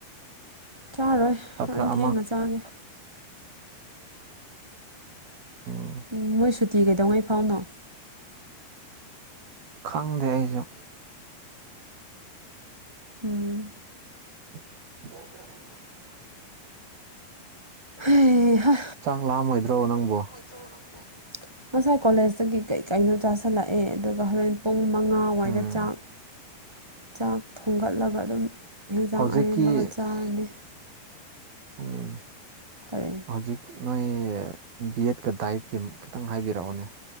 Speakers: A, in the centre; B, on the right.
A: ꯆꯥꯔꯣꯏ
B: ꯁꯥꯇ꯭ꯔ
A: ꯍꯣꯔꯦꯟ
B: ꯑꯃ
A: ꯊꯦꯡꯅ ꯆꯥꯒꯦ
B: ꯑꯣ
A: ꯎꯝ ꯃꯣꯏ ꯁꯨꯇꯤ ꯀꯩꯗꯧꯉꯩ ꯐꯥꯎꯅꯣ
B: ꯈꯪꯗꯦ ꯑꯩꯖꯨ
A: ꯎꯝ
B: <inaudible>
A: ꯍꯩꯍꯥ
B: ꯆꯥꯛ ꯂꯥꯝꯃꯣꯏꯗ꯭ꯔꯣ ꯅꯪꯕꯣ
A: ꯗ꯭ꯔꯣ ꯅꯪꯕꯣ ꯉꯁꯥꯏ ꯀꯣꯂꯦꯖꯇꯒꯤ ꯀꯩ ꯀꯩꯅꯣ ꯆꯥꯥꯁꯜꯂꯛꯑꯦ ꯑꯗꯨꯒ ꯍꯣꯔꯦꯟ ꯄꯨꯡ ꯃꯉꯥ ꯋꯥꯏꯗ
B: ꯎꯝ
A: ꯆꯥꯛ ꯆꯥꯛ ꯊꯣꯡꯒꯠꯂꯒ ꯑꯗꯨꯝ ꯍꯤꯟꯖꯥꯡ
B: ꯍꯧꯖꯤꯛꯀꯤ
A: ꯑꯔꯦꯝꯕꯒ ꯆꯥꯔꯅꯤ
B: ꯎꯝ
A: ꯇꯥꯔꯦ
B: ꯍꯧꯖꯤꯛ ꯅꯣꯏ ꯕꯦꯠꯀ ꯗꯥꯏꯠꯀꯤ ꯈꯤꯇꯪ ꯍꯥꯏꯕꯤꯔꯛꯑꯣꯅꯦ